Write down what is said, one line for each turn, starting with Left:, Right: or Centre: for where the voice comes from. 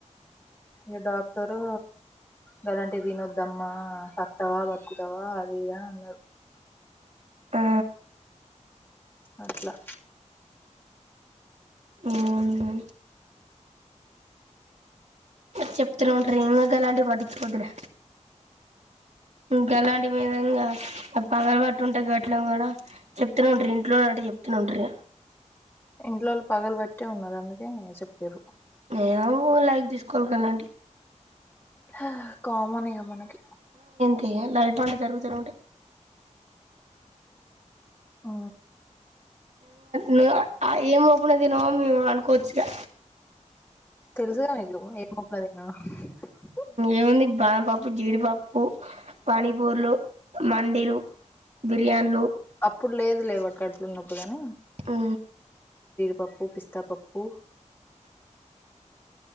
Left: ఇగ డాక్టరు గలాంటియ్యి తినొద్దు దమ్మా సత్తవా బతుకుతవా అది ఇదా అన్నాడు
Right: ఆ
Left: అట్లా
Right: అవునా చెప్తానే ఉంటారు గలాంటివి పట్టించుకోవద్దులే గలాంటి <inaudible> పగలవాటు ఉంటాయి ఘట్లో కూడా చెప్తూ ఉంట ఇంట్లో అట చెప్తు ఉంటారు
Left: ఇంట్లోళ్ళు పగలుబట్టే ఉన్నారు అందుకే చెప్పిర్రు
Right: ఏమో లైక్ తీసుకో గలాంటియి
Left: హ కామన్ ఇగ మనకి
Right: దే లైఫ్ అట్ట జరుగుతూనే ఉంటది
Left: ఆ
Right: ను ఏం ప్పున తినమో మేము అనుకోవచ్చుగా
Left: తెలుసుదా మీకు ఏం మోపన తిన్న ఓ
Right: ఏముంది బానపప్పు జీడిపప్పు పనీపూర్లు మండిలు బిర్యానులు
Left: ఇప్పుడు లేదు లేబట్ అట్లునప్పు కాని
Right: ఆ
Left: పప్పు పిస్తా పప్పు